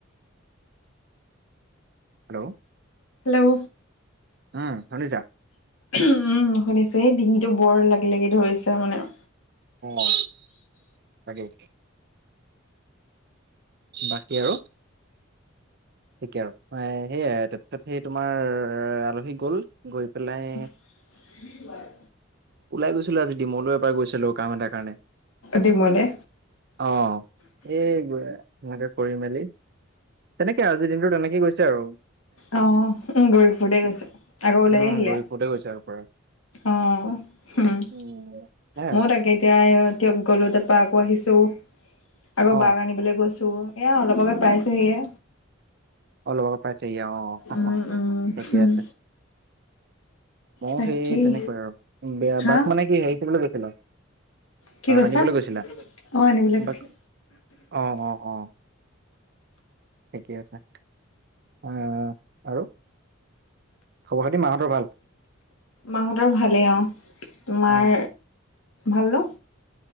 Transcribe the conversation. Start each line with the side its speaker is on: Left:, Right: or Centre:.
Right: হেল্ল
Left: হেল্ল
Right: উম শুনিছা
Left: উম শুনিছোঁ সেই ডিঙিটো বৰ লাগি লাগি ধৰিছে মানে
Right: অ তাকেই বাকী আৰু ঠিকে আৰু অ সেইয়াই তাৰপিছত সেই তোমাৰ আলহী গ'ল গৈ পেলাই
Left: কি বাই
Right: ওলাই গৈছিলো আজি দিমৌলে এবাৰ গৈছিলো কাম এটা কাৰণে
Left: ডিমলে
Right: অ সেই গ সেনেকে কৰি মেলি তেনেকে আজিৰ দিনটো তেনেকেই গৈছে আৰু
Left: অ ঘুৰি ফুৰোতে গৈছে আকৌ ওলাই
Right: উম
Left: আহিলা
Right: ঘূৰি ফুৰোতে গৈছে আৰু পুৰা।
Left: অ হুম
Right: উম, এ
Left: ময়ো তাকে এতিয়া টিয়ক গ'লো তাৰপা আকৌ আহিছোঁ আকৌ
Right: অ
Left: বাক আনিবলৈ গৈছো এয়া অলপ আগত পাইছোহিহে
Right: অলপ আগত পাইছহি অ অ
Left: উম, উম,
Right: ঠিকে
Left: উম,
Right: আছে ময়ো
Left: তাকেই
Right: সেই তেনেকুৱাই আৰু বেয়া
Left: হা
Right: বাক মানে কি হেৰি কৰিবলৈ গেছিলো
Left: কি কৈছা?
Right: আনিবলৈ গৈছিলা
Left: অ', আনিবলৈ গৈছিলে
Right: বাক অ অ অ ঠিকে আছে এ আৰু খবৰ খাতি মাহঁতৰ ভাল।
Left: মাহঁতৰ ভালেই অ তোমাৰ
Right: উম
Left: ভাল ন?